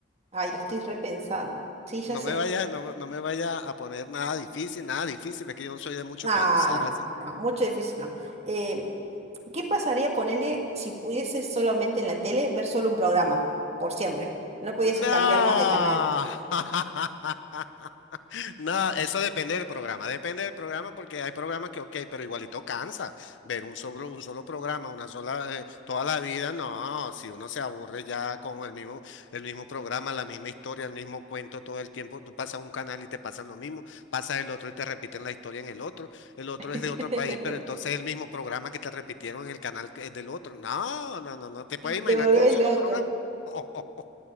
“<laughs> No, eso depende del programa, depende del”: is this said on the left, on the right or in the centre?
Left